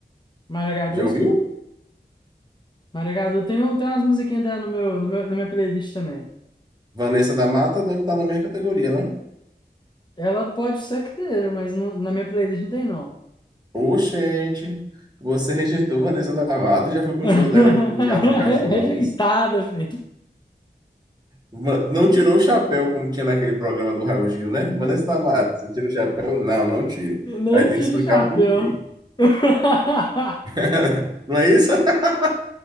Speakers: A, on the left; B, on the right.
A: Maragadu,
B: Já
A: eu escuto.
B: ouviu?
A: Maragadu tem, um- tem umas musiquinhas dela no meu, no meu- na minha playlist também.
B: Vanessa da Mata deve estar na minha categoria, não?
A: Ela pode ser que tenha, mas não- na minha playlist não tem, não.
B: Oxente, você rejeitou Vanessa Davado, já fui para
A: <laughs>
B: um show dela aqui no Teatro Castro
A: Rejeitada,
B: Alves.
A: filho.
B: Va- Não tirou o chapéu como tinha naquele programa do Raul Gil, né? Vanessa da você tira o chapéu? Não, não tiro.
A: Não
B: Aí tem
A: tiro
B: que explicar
A: o chapéu.
B: por quê.
A: <laughs>
B: <laughs> Não é isso? <laughs>